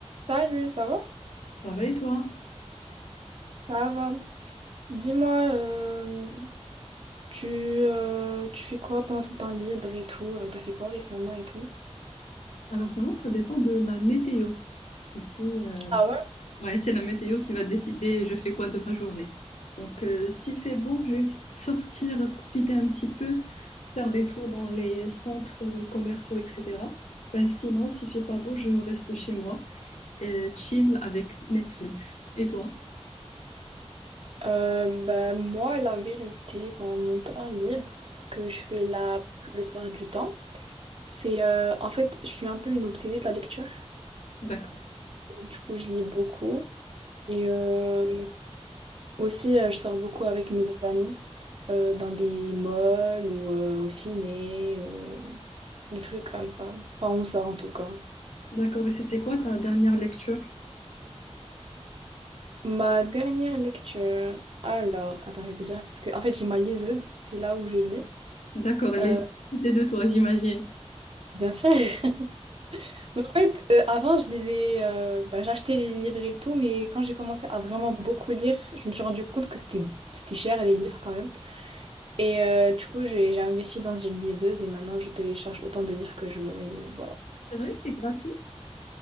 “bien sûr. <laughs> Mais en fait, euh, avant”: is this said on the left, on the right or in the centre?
Right